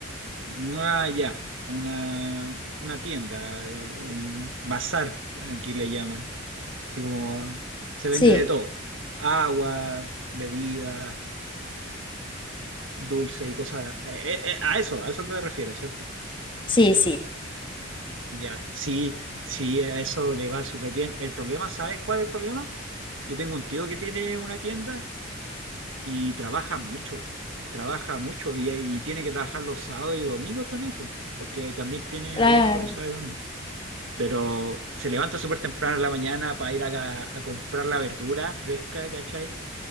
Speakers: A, on the right; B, on the left.
A: "Mm, ah, ya, una, una tienda, un bazar, aquí le llaman, así como se
B: Sí,
A: vende de todo, agua, bebidas, dulce y cosas, eh, eh, eh, a eso, a eso te refieres, ¿cierto?
B: sí, sí,
A: Ya, sí, sí, a eso le va súper bien. El problema, ¿sabes cuál es el problema? Yo tengo un tío que tiene una tienda y trabaja mucho, trabaja mucho y, y tiene que trabajar los sábados y domingos también, po, porque también tiene
B: claro.
A: abierto los sábados y domingos. Pero se levanta súper temprano en la mañana para ir a, a comprar la verdura fresca, ¿cachai?